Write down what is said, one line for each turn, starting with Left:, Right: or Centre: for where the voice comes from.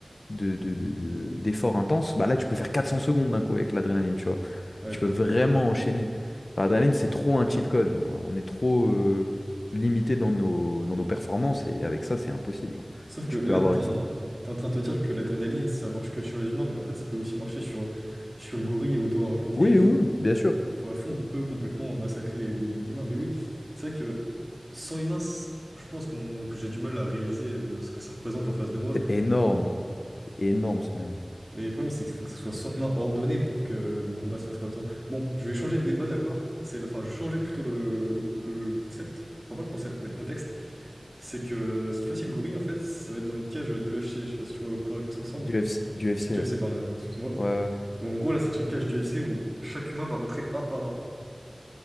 Left: de, de, de- de- d'efforts intenses, bah là tu peux faire 400 secondes d'un coup avec l'adrénaline, tu vois.
Right: Ouais,
Left: Tu
Right: je
Left: peux
Right: vois.
Left: vraiment enchaîner. Enfin, L'adrénaline c'est trop un cheat code. On est trop euh, limité dans nos dans nos performances et avec ça c'est impossible. genre.
Right: Sauf que
Left: Tu
Right: là,
Left: peux avoir
Right: t'es
Left: une
Right: en t'es en train de te dire que l'adrénaline, ça marche que sur les humains, mais en fait, ça peut aussi marcher sur, sur le gorille au dos argenté
Left: Oui,
Right: qui,
Left: oui, oui, bien sûr.
Right: une fois à fond, peut complètement massacrer les, les- les humains. Mais oui, c'est vrai que sans humains, c- je pense qu'on, que j'ai du mal à réaliser euh, ce que ça représente en face de moi.
Left: C'est énorme. Énorme, son même.
Right: Mais le problème, c'est qu'il faut que ça soit soigneusement ordonné pour que le combat se fasse correctement. Bon, je vais changer de débat, d'accord? C'est, enfin, je changeais plutôt le, le- le- le concept. Enfin, pas le concept, mais le contexte. C'est que euh, cette fois-ci, le gorille, en fait, ça va être dans une cage du UFC. Je sais pas si tu vois à quoi ça ressemble.
Left: Du FC, du FC,
Right: Du UFC,
Left: ouais.
Right: pardon, hein, excuse-moi.
Left: Ouais, ouais.
Right: Donc, en gros, là, c'est une cage du UFC où chaque humain va rentrer un par un.